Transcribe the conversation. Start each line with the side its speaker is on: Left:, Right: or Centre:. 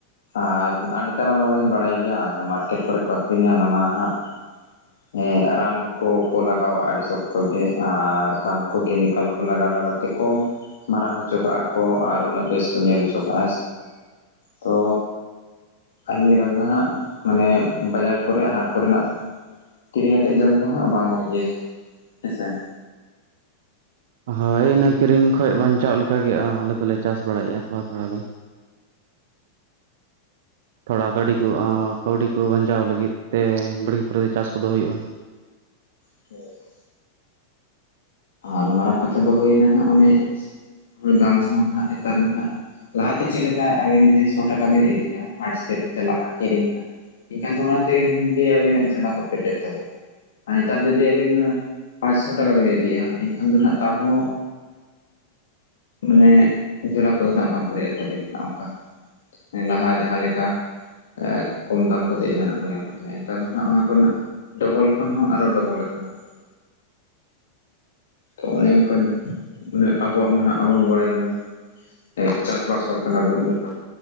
Left: ᱟᱨ ᱟᱨ ᱱᱮᱛᱟᱨ ᱢᱟ <unintelligible> ᱵᱟᱲᱟᱭ ᱜᱮᱭᱟ ᱡᱟᱦᱟᱸ ᱢᱟᱨᱠᱮᱴ ᱠᱚᱨᱮ ᱠᱚ ᱟᱠᱷᱨᱤᱧᱟ ᱚᱱᱟ ᱢᱟ ᱦᱟᱸᱜ ᱼᱼ
Right: <inaudible>
Left: ᱦᱮᱸᱜ ᱨᱟᱱ ᱠᱚ ᱠᱚ ᱞᱟᱜᱟᱣᱟᱜ-ᱟ ᱟᱹᱰᱤ ᱥᱚᱠᱛᱚ ᱜᱮ ᱟᱨ ᱨᱟᱱ ᱠᱚ ᱠᱮᱢᱤᱠᱮᱞ ᱠᱚ ᱞᱟᱜᱟᱣ ᱞᱟᱜᱟᱣ ᱛᱮᱠᱚ ᱢᱟᱨᱟᱝ ᱦᱚᱪᱚ ᱠᱟᱜ-ᱟ ᱠᱚ ᱟᱨ ᱩᱱᱟᱹᱜ ᱵᱮᱥ ᱠᱚ ᱧᱮᱞ ᱦᱚᱪᱚ ᱠᱟᱜ-ᱟ ᱛᱚ ᱟᱹᱞᱤᱧ ᱞᱮᱠᱟ ᱛᱮᱫᱚ ᱦᱟᱸᱜ ᱢᱟᱱᱮ ᱵᱟᱡᱟᱨ ᱠᱚᱨᱮ ᱦᱟᱴ ᱠᱚ ᱨᱮᱱᱟᱜ ᱠᱤᱨᱤᱧ ᱟᱛᱮᱫ ᱡᱚᱢ ᱫᱚ ᱦᱟᱸᱜ ᱵᱟᱝ ᱵᱷᱟᱜᱮᱭᱟ ᱦᱮᱸᱥᱮ
Right: ᱦᱳᱭ ᱤᱱᱟᱹ ᱠᱤᱨᱤᱧ ᱠᱷᱚᱡ ᱵᱟᱧᱪᱟᱜ ᱞᱮᱠᱟ ᱜᱮ ᱟᱸ ᱟᱞᱮ ᱫᱚᱞᱮ ᱪᱟᱥ ᱵᱟᱲᱟᱭᱮᱫ-ᱟ ᱛᱷᱚᱲᱟ ᱛᱷᱚᱲᱟ ᱫᱚ ᱛᱷᱚᱲᱟ ᱠᱟᱹᱣᱰᱤ ᱠᱚ ᱟᱸ ᱠᱟᱹᱣᱰᱤ ᱠᱚ ᱵᱟᱧᱪᱟᱣ ᱞᱟᱹᱜᱤᱫ ᱛᱮ ᱵᱟᱲᱜᱤ ᱠᱚᱨᱮ ᱪᱟᱥ ᱠᱚᱫᱚ ᱦᱩᱭᱩᱜ-ᱟ᱾
Left: <unintelligible> ᱟᱨ ᱢᱟᱨᱟᱝ ᱠᱟᱛᱷᱟ ᱫᱚ ᱦᱩᱭ ᱱᱟ ᱱᱟᱦᱟᱜ ᱚᱱᱮ ᱦᱚᱭ ᱫᱟᱢ ᱠᱚᱦᱚᱸ ᱱᱟᱦᱟᱜ ᱱᱮᱛᱟᱨ ᱢᱟ ᱱᱟᱦᱟᱜ ᱞᱟᱦᱟ ᱛᱮ ᱪᱮᱫ ᱞᱮᱠᱟ ᱟᱵᱤᱱ ᱡᱩᱫᱤ ᱥᱚ ᱴᱟᱠᱟ ᱵᱤᱱ ᱤᱫᱤᱭᱟ ᱦᱟᱴ ᱥᱮᱫ ᱵᱤᱱ ᱪᱟᱞᱟᱜ-ᱟ ᱠᱤᱨᱤᱧ ᱦᱟᱸᱜ ᱮᱱᱠᱷᱟᱱ ᱫᱚ ᱚᱱᱟ ᱛᱮᱜᱮ ᱟᱹᱵᱤᱱᱟᱜ ᱡᱷᱚᱞᱟ ᱠᱚ ᱯᱮᱨᱮᱡᱚᱜ ᱛᱟᱵᱤᱱᱟ ᱟᱨ ᱱᱮᱛᱟᱨ ᱫᱚ ᱫᱤ ᱟᱹᱵᱤᱱ ᱯᱟᱸᱪᱥᱚ ᱴᱟᱠᱟ ᱵᱤᱱ ᱤᱫᱤᱭᱟ ᱮᱱᱠᱷᱟᱱ ᱫᱚ ᱱᱟᱸᱜ ᱛᱟᱦᱚ ᱢᱟᱱᱮ ᱡᱷᱚᱞᱟ ᱠᱚᱫᱚ ᱱᱟᱦᱟᱜ ᱵᱟᱝ ᱯᱮᱨᱮᱡᱚᱜ ᱛᱟᱵᱤᱱᱟ ᱦᱟᱸᱜ ᱚᱱᱠᱟ ᱦᱮᱸ ᱱᱟᱸᱦᱟ ᱡᱟᱦᱟᱸ ᱞᱮᱠᱟ ᱮᱜ ᱠᱚᱢ ᱫᱟᱢ ᱠᱚᱛᱮ ᱡᱟᱦᱟᱱᱟᱜ ᱠᱚ ᱧᱟᱢᱚᱜ ᱛᱟᱦᱮᱸᱫ ᱱᱮᱛᱟᱨ ᱫᱚ ᱦᱟᱸᱜ ᱚᱱᱟ ᱠᱚ ᱨᱮᱱᱟᱜ ᱰᱚᱵᱚᱞ ᱠᱷᱚᱱ ᱦᱚᱸ ᱟᱨᱚ ᱰᱚᱵᱚᱞ ᱟᱠᱟᱱᱟ ᱛᱚ ᱚᱱᱮ ᱚᱱᱠᱟ ᱚᱱᱮ ᱟᱵᱚᱣᱟᱜ ᱢᱟᱦᱟᱜ ᱟᱵᱚ ᱵᱚᱱ ᱵᱟᱲᱟᱭ ᱜᱮᱭᱟᱢ ᱮᱸᱜ ᱪᱟᱥᱵᱟᱥ ᱦᱚᱲ ᱠᱟᱱᱟ ᱵᱚᱱ ᱩᱱᱟᱹᱜ ᱱᱟᱜ